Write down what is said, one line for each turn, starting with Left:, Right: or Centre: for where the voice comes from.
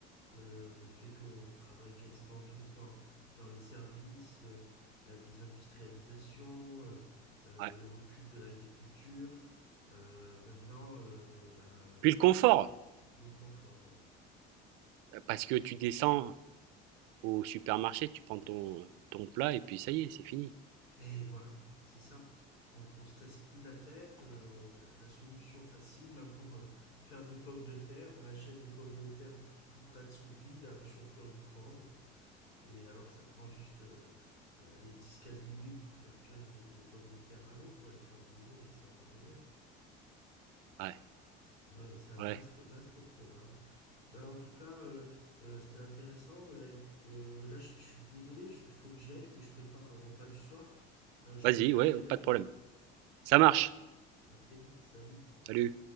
Left: euh, le fait qu'on travaille quasiment tous dans, dans les services, euh, la désindustrialisation, euh, euh,
Right: ouais.
Left: le recul de l'agriculture, euh, maintenant, euh, bah,
Right: Puis le confort,
Left: on- le confort. ouais.
Right: parce que tu descends au supermarché, tu prends ton, ton plat, et puis ça y est, c'est fini.
Left: Et voilà, c'est ça. On, on se casse plus la tête. euh, la, la solution facile, même pour euh, faire des pommes de terre, on achète des pommes de terre tout, tout prêtes sous vide à réchauffer au micro-ondes. Et alors que ça prend juste euh, euh, allez, 10-15 minutes pour faire cuire des, des pommes de terre à l'eau, quoi, les faire bouillir et c'est encore meilleur.
Right: Ouais,
Left: Ouais, c'est un
Right: ouais.
Left: vaste, vaste programme. Ben, en tout cas, euh, euh, c'était intéressant. Mais, euh, là, je je suis désolé, il faut que j'y aille, il faut que je prépare le repas du soir. Euh, je
Right: Vas-y,
Left: te dis à
Right: ouais,
Left: très bientôt.
Right: pas de problème. Ça marche.
Left: À très vite, salut
Right: Salut.